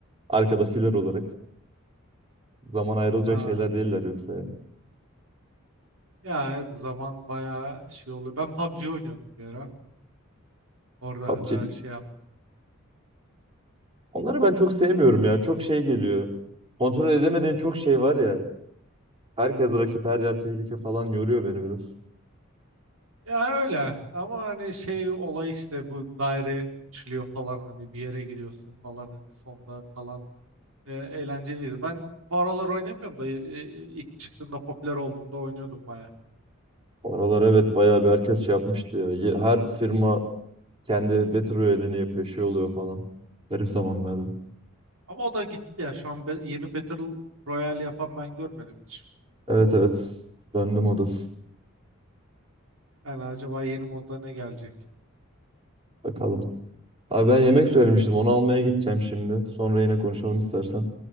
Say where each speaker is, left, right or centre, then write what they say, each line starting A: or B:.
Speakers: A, on the right; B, on the right.
A: Arkada filler olarak. Zaman ayrılacak
B: Aa,
A: şeyler değiller yoksa. ya.
B: ya evet zaman bayağı şey oluyor. Ben PUBG oynuyordum bir ara. Orada
A: PUBG.
B: e, şey yap.
A: Onları ben çok sevmiyorum ya. Çok şey geliyor. Kontrol edemediğin çok şey var ya. Herkes rakip, her yer tehlike falan yoruyor beni biraz.
B: Ya öyle ama hani şey olay işte bu daire küçülüyor falan hani bir yere gidiyorsun falan hani sonda kalan e, eğlenceliydi. Ben bu aralar oynamıyorum da e, e, ilk çıktığında popüler olduğunda oynuyordum baya.
A: Oralar evet bayağı bir herkes şey yapmıştı ya. Ye- Her firma kendi Battle Royale'ini yapıyor, şey oluyor falan. Garip zamanlardı.
B: Ama o da gitti ya şu an be- yeni Battle Royale yapan ben görmedim hiç.
A: Evet evet. Döndüm odası.
B: Yani acaba yeni modda ne gelecek?
A: Bakalım. Abi ben yemek söylemiştim. Onu almaya gideceğim şimdi. Sonra yine konuşalım istersen.